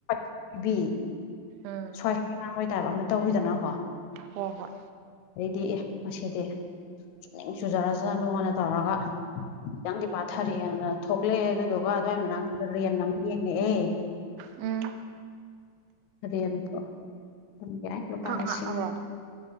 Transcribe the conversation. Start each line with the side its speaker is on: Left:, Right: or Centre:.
Left: ꯑꯩꯈꯣꯏꯕꯤ
Right: ꯎꯝ
Left: ꯁ꯭ꯋꯥꯏꯊ ꯉꯥꯡꯣꯏ ꯇꯕ ꯑꯃꯝꯇ ꯇꯧꯋꯤꯗꯅꯀꯣ
Right: ꯍꯣꯏ ꯍꯣꯏ
Left: ꯑꯩꯗꯤ ꯑꯦ ꯉꯗꯤ ꯆꯨꯅꯤꯡ ꯆꯨꯖꯔꯁꯅꯣꯅ ꯇꯧꯔꯒ ꯈꯤꯇꯪꯗꯤ ꯄꯥꯊꯔꯛꯑꯦꯅ ꯊꯣꯛꯂꯛꯑꯦ ꯑꯗꯨꯗꯨꯒ ꯑꯗꯨꯋꯥꯏ ꯃꯅꯥꯛꯇ ꯔꯦꯟ ꯑꯃ ꯌꯦꯡꯉꯛꯑꯦ
Right: ꯎꯝ
Left: ꯑꯗ ꯑꯇ
Right: ꯐꯪ
Left: ꯄꯂꯤꯁꯤꯉ
Right: ꯍꯥꯞꯑꯕꯣ